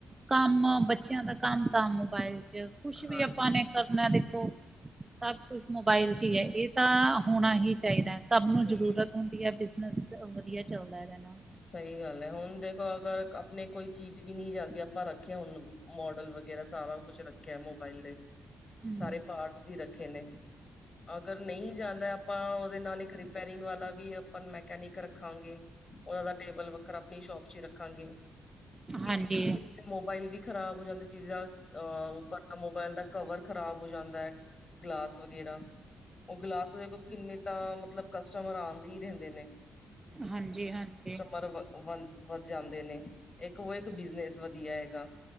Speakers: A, on the right; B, on the left.
A: ਕੰਮ ਬੱਚਿਆਂ ਦਾ ਕੰਮ ਤਾਂ ਮੋਬਾਇਲ ਚ। ਕੁਛ
B: ਹਾਂਜੀ
A: ਵੀ ਅਪਾਂ ਨੇ ਕਰਨੈ ਦੇਖੋ ਸਭ ਕੁਛ ਮੋਬਾਈਲ ਚੀ ਐ, ਏਤਾਂ ਹੋਣਾ ਹੀ ਚਾਹੀਦੈ ਸਭ
B: ਹੂੰ,
A: ਨੂੰ ਜ਼ਰੂਰਤ ਹੁੰਦੀ ਐ ਬਿਜ ਨਸ ਵਧੀਆ ਚੱਲਦੈ ਐਦੇ ਨਾਲ।
B: ਸਹੀ ਗੱਲ ਐ ਹੁਣ ਦੇਖੋ ਅਗਰ ਅਪਣੇ ਕੋਈ ਚੀਜ਼ ਵੀ ਨੀ ਜਾਂਦੀ ਅਪਾਂ ਰੱਖੇਐ ਹੁਣ ਮੋਡਲ ਵਗੈਰਾ ਸਾਰਾ ਕੁਛ ਰੱਖਿਐ ਮੋਬਾਇਲ ਦੇ
A: ਹੂੰ
B: ਸਾਰੇ ਪਾਰਟਸ ਵੀ ਰੱਖੇ ਨੇ ਅਗਰ ਨਹੀਂ ਜਾਂਦੈ ਅਪਾਂ ਓਦੇ ਨਾਲ ਇੱਕ ਰਿਪੇਰਿੰਗ ਵਾਲਾ ਵੀ ਪਰ ਮੈਕੈਨਿਕ ਰੱਖਾਂਗੇ ਔਦਾ ਟੇਬਲ ਵੱਖਰਾ ਅਪਣੀ ਸ਼ੋਪ ਚੀ ਰੱਖਾਂਗੇ। ਤੇ
A: ਹਾਂਜੀ।
B: ਮੋਬਾਇਲ ਵੀ ਖ਼ਰਾਬ ਹੋ ਜਾਂਦੇ ਚੀਜਾਂ ਅਹ ਉਪਰ ਦਾ ਮੋਬਾਇਲ ਦਾ ਕਵਰ ਖ਼ਰਾਬ ਹੋ ਜਾਂਦੈ, ਗਲਾਸ ਵਗੈਰਾ। ਓਹ ਗਲਾਸ ਦੇਖੋ ਕਿੰਨੇ ਤਾਂ ਮਤਲਬ ਕਸਟਮਰ ਆਂਦੀ ਹੀ ਰੈੰਦੇ ਨੇ।
A: ਹਾਂਜੀ ਹਾਂਜੀ
B: ਪਰ ਵਨ ਵੱਧ ਜਾਂਦੇ ਨੇ ਇੱਕ ਵੋ ਇੱਕ ਬਿਜਨਸ ਵਧੀਆ ਹੈਗਾ।